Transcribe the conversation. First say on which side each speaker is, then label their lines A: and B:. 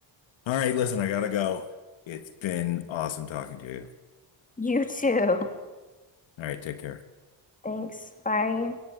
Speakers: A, on the left; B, on the left.
A: All right, listen, I gotta go. It's been awesome talking to you.
B: You too.
A: All right, take care.
B: Thanks. Bye.